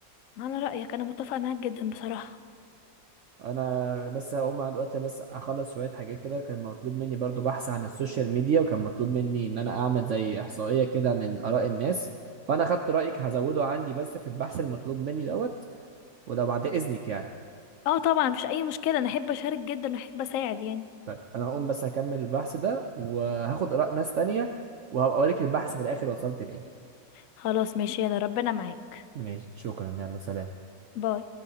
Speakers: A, on the left; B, on the right.
A: على رأيك انا متفقة معاك جدا بصراحة
B: انا بس هقوم عند وقتي بس اخلص شوية حاجات كده كان مطلوب مني برضو بحث عن السوشيال ميديا وكان مطلوب مني ان انا اعمل زي احصائية كده عن اراء الناس فانا خدت رايك هزوده عندي بس في البحث المطلوب مني دوت ولو بعد إذنك يعني
A: اه طبعا مفيش اي مشكلة انا احب اشارك جدا واحب اساعد يعني
B: طيب أنا هقوم بس هكمل البحث ده وهاخد آراء ناس تانية وهبقى أوريك البحث في الآخر وصلت لإيه
A: خلاص ماشي يلا ربنا معاك
B: ماشي شكرا يلا سلام
A: باي